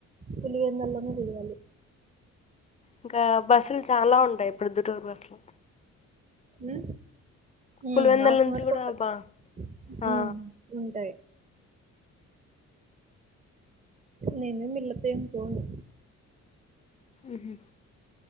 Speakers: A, on the right; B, on the left.
A: పులివెందల్నే దిగాలి
B: ఇంకా బస్సులు చాలా ఉంటాయి ప్రొద్దుటూరు బస్సులు
A: ఉ ఉ
B: పులివెందుల
A: హాఫ్
B: నుంచి
A: ఆన్ అవర్
B: కూడా
A: కి ఒకటి
B: బా ఆ
A: ఉ ఉంటాయి నేను మీలతో ఏం పోను
B: ఉహ